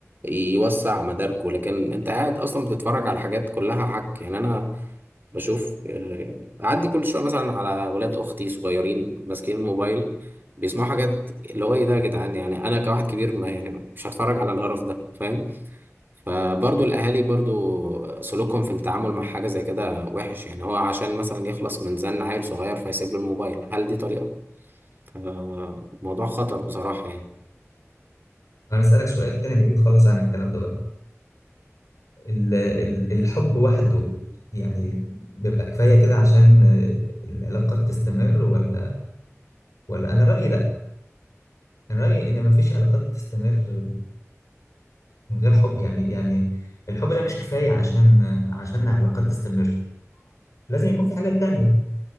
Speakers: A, on the right (about 40°); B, on the left (about 85°).
A: يوسع مداركه لكن أنت قاعد أصلا بتتفرج على حاجات كلها حك يعني أنا بشوف آه، اعدي كل شويه مثلا على ولاد اختي صغيرين ماسكين الموبايل بيسمعوا حاجات اللي هو ايه ده يا جدعان يعني انا كواحد كبير ما يعني مش هتفرج على القرف ده فاهم فبرضو الاهالي برضو سلوكهم في التعامل مع حاجه زي كده وحش يعني هو عشان مثلا يخلص من زن عيل صغير فيسيب له الموبايل هل دي طريقه فموضوع خطر بصراحه يعني
B: انا بسألك سؤال تاني بعيد خالص عن الكلام ده بقى ال- ال- الحب وحده يعني بيبقى كفاية كده عشان آه، العلاقات تستمر ولا ولا انا رأيي لا انا رأيي ان مفيش علاقات بتستمر من غير حب يعني يعني الحب ده مش كفاية عشان آه، عشان علاقات تستمر لازم يكون في حاجة تانية